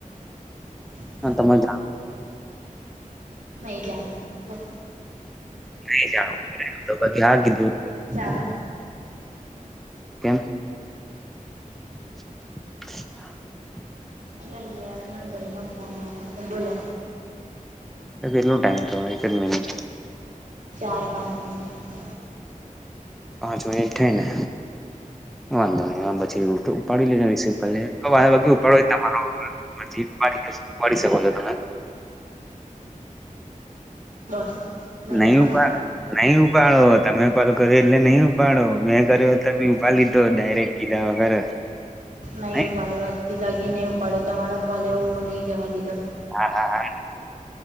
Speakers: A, on the right; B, in the centre.
A: <inaudible>
B: હ તમાર જા
A: નહી જાણવું બસ.
B: ન જાણ હ દું
A: ચાલ રાખ
B: કેમ? <inaudible>
A: અલા યાર માં ભાઈ નો ફોન આયો છે બોલો
B: કેટલો ટાઈમ તો એક જ મિનિટ
A: ચાર પાંચ મિનટ
B: પાંચ મિનિટ થાયને વાંધો નહી પછી ઉપાડી લઈને રિસીવ કરી લે વા ઉપડ તમારો. પછીડી પડી શકો છો તમે.
A: બસ નહીં
B: નું
A: ઉપાડો
B: પણ નહી ઉપાડો તમે કોલ કર્યો એટલે નહી ઉપાડો મેં કર્યો તો બી ઉપાડ લીધો ડાયરેક્ટ કીધ વગર
A: નહીં
B: નહી
A: ઉપાડે હથી લાગી નહીં ઉપાડે તમારો કોલે એવવો નહી જવા દીધો મેં.
B: હા હા હા